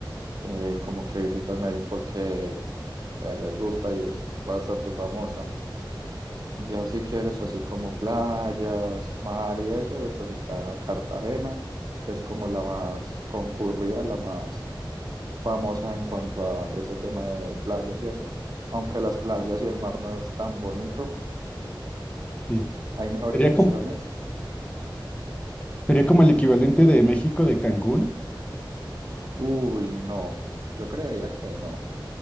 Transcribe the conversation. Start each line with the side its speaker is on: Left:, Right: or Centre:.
Right: eh, como que visitan Medellín porque eh, les gusta y es bastante famosa. Ya si quieres así como playas, mar y eso, eh, pues está Cartagena, que es como la más concurrida, la más famosa en cuanto a ese tema de playas y eso. Aunque las playas y el mar no es tan bonito,
Left: sí.
Right: hay mejores
Left: Sería
Right: opciones.
Left: como, sería como el equivalente de México de Cancún.
Right: Uy, no, yo creería que no.